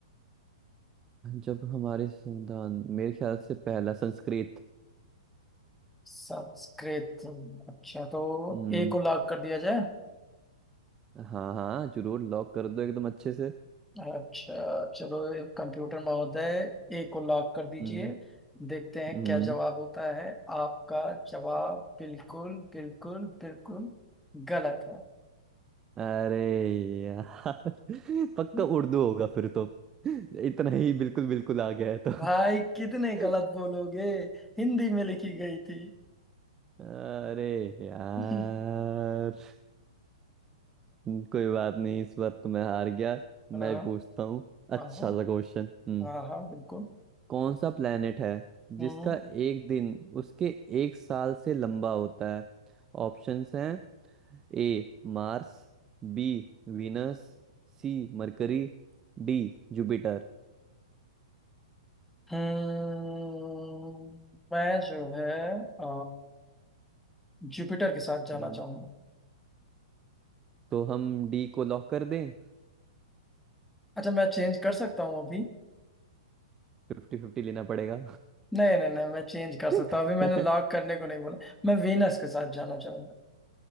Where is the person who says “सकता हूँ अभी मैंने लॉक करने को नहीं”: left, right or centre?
Centre